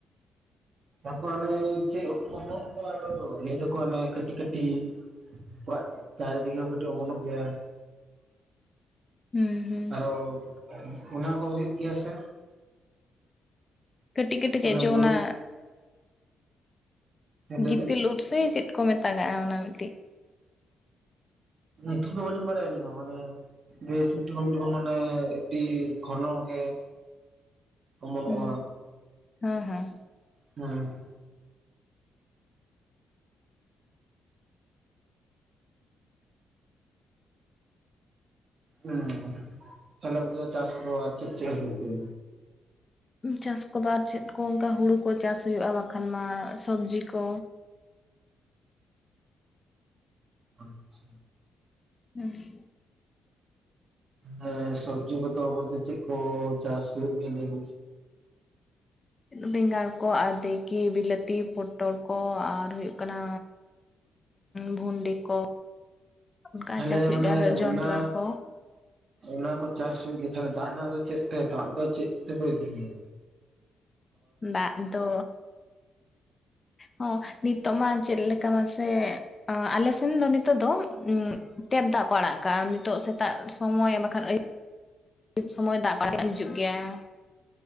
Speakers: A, on the right; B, on the left.
A: ᱛᱟᱯᱚᱨ ᱚᱱᱮ ᱪᱮᱫ ᱩᱫ ᱠᱚ ᱚᱢᱚᱱᱚᱜ ᱫᱚ ᱞᱟᱹᱭ ᱫᱚᱠᱚ ᱦᱟᱱᱮ ᱠᱟᱴᱤᱡ ᱠᱟᱴᱤᱡ ᱚᱲᱟᱜ ᱰᱟᱨᱮ ᱫᱤᱜᱮ ᱦᱚᱸ ᱠᱟᱹᱴᱤᱡ ᱚᱢᱚ ᱱᱚᱜ ᱜᱮᱭᱟ
B: ᱦᱩᱸ ᱦᱩᱸ
A: ᱟᱨᱚ ᱚᱱᱟ ᱠᱚ ᱦᱩᱭᱩᱜ ᱜᱮᱭᱟ ᱥᱮ
B: ᱠᱟᱹᱴᱤᱡ ᱠᱟᱹᱴᱤᱡ
A: ᱚᱱᱮ
B: ᱡᱚ
A: ᱵᱩᱞᱩᱝ
B: ᱚᱱᱟ
A: ᱦᱮᱸ ᱞᱟᱹᱭ
B: ᱜᱤᱛᱤᱞ
A: ᱵᱤᱱ
B: ᱩᱫ ᱥᱮ ᱪᱮᱫ ᱠᱚ ᱢᱮᱛᱟᱜ ᱟᱜᱼᱟ ᱚᱱᱟ ᱢᱤᱫ ᱴᱤᱡ
A: ᱧᱩᱛᱩᱢ ᱫᱚ ᱵᱟᱞᱤᱧ ᱵᱟᱲᱟᱭᱟ ᱟᱞᱤᱧ ᱦᱚᱸ ᱢᱟᱱᱮ ᱵᱮᱥᱴ <unintelligible> <unintelligible> ᱟᱹᱰᱤ ᱜᱦᱚᱱᱚ ᱜᱮ ᱚᱢᱚᱱᱚᱜᱼᱟ
B: ᱦᱩᱸ ᱦᱮᱸ ᱦᱮᱸ
A: ᱦᱮᱸ ᱦᱮᱸ ᱛᱟᱦᱞᱮ ᱚᱱᱛᱮ ᱫᱚ ᱪᱟᱥ ᱠᱚ ᱫᱚ ᱟᱨ ᱪᱮᱫ ᱪᱮᱫ ᱦᱩᱭᱩᱜ ᱜᱮᱭᱟ
B: ᱪᱟᱥ ᱠᱚᱫᱚ ᱟᱨ ᱪᱮᱫ ᱠᱚ ᱚᱱᱠᱟ ᱦᱩᱲᱩ ᱠᱚ ᱪᱟᱥ ᱦᱩᱭᱩᱜᱼᱟ ᱵᱟᱠᱷᱟᱱ ᱢᱟ ᱥᱚᱵᱡᱤ ᱠᱚ
A: ᱟᱪᱪᱷᱟ
B: ᱦᱩᱸ
A: ᱦᱮᱸ ᱥᱚᱵᱽᱡᱤ ᱠᱚ ᱫᱚ ᱵᱚᱞᱛᱮ ᱪᱮᱫ ᱠᱚ ᱪᱟᱥ ᱦᱩᱭᱩᱜ ᱜᱮᱭᱟ ᱞᱟᱹᱭ ᱵᱤᱱ
B: ᱵᱮᱸᱜᱟᱲ ᱠᱚ ᱟᱨ ᱫᱮ ᱠᱤ ᱵᱤᱞᱟᱹᱛᱤ ᱯᱚᱴᱚᱞ ᱠᱚ ᱟᱨ ᱦᱩᱭᱩᱜ ᱠᱟᱱᱟ ᱵᱷᱩᱸᱰᱤ ᱠᱚ ᱚᱱ ᱠᱟ
A: ᱛᱟᱦᱞᱮ
B: ᱪᱟᱥ ᱦᱩᱭᱩᱜ
A: ᱢᱟᱱᱮ
B: ᱜᱮᱭᱟ ᱟᱨ ᱡᱚᱱ ᱡᱚᱱᱰᱨᱟ
A: ᱚᱱᱟ
B: ᱠᱚ
A: ᱚᱱᱟ ᱠᱚ ᱪᱟᱥ ᱦᱩᱭᱩᱜ ᱜᱮᱭᱟ ᱛᱟᱦᱞᱮ ᱫᱟᱜ ᱨᱮᱱᱟᱜ ᱫᱚ ᱪᱮᱫ ᱛᱮ ᱫᱟᱜ ᱫᱚ ᱪᱮᱫ ᱛᱮ ᱠᱚ ᱤᱫᱤ ᱜᱮ ᱭᱟ
B: ᱫᱟᱜ ᱫᱚ ᱦᱚᱸ ᱱᱤᱛᱚᱜ ᱢᱟ ᱪᱮᱫ ᱞᱮᱠᱟ ᱢᱟᱥᱮ ᱟᱞᱮ ᱥᱮᱱ ᱫᱚ ᱱᱤᱛᱚᱜ ᱫᱚ ᱴᱮᱯ ᱫᱟᱜ ᱠᱚ ᱟᱲᱟᱜ ᱠᱟᱜᱼᱟ ᱱᱤᱛᱚᱜ ᱥᱮᱛᱟᱜ ᱥᱚᱢᱚᱭ ᱵᱟᱠᱷᱟᱱ ᱟᱹᱭᱩᱵ ᱴᱤᱠ ᱥᱚᱢᱚᱭ ᱫᱟᱜ ᱠᱚ‌ ᱦᱤᱡᱩᱜ ᱜᱮᱭᱟ